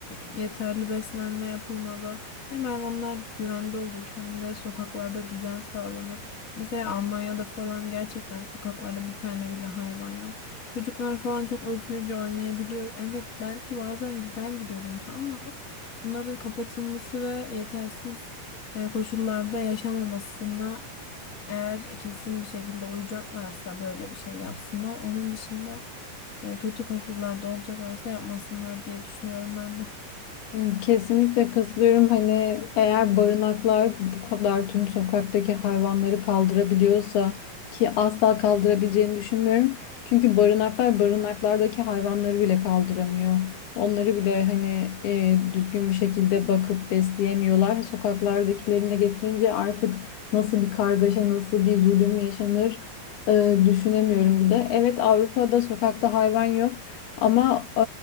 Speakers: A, on the left; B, on the left.
A: yeterli beslenme yapılmalı. Hem hayvanlar güvende olur hem de sokaklarda düzen sağlanır. Mesela Almanya'da falan gerçekten sokaklarda bir tane bile hayvan yok. Çocuklar falan çok özgürce oynayabiliyor. Evet belki bazen güzel bir görüntü ama bunların kapatılması ve yetersiz e, koşullarda yaşamamasına eğer kesin bir şekilde uyacaklarsa böyle bir şey yapsınlar. Onun dışında e, kötü koşullarda olacaklarsa yapmasınlar diye düşünüyorum ben de.
B: Hmm, Kesinlikle katılıyorum. Hani eğer barınaklar bu kadar tüm sokaktaki hayvanları kaldırabiliyorsa ki asla kaldırabileceğini düşünmüyorum. Çünkü barınaklar barınaklardaki hayvanları bile kaldıramıyor. Onları bile hani e, düzgün bir şekilde bakıp besleyemiyorlar. Sokaklardakilerini de getirince artık nasıl bir kargaşa, nasıl bir zulüm yaşanır e, düşünemiyorum bile. Evet Avrupa'da sokakta hayvan yok. Ama e,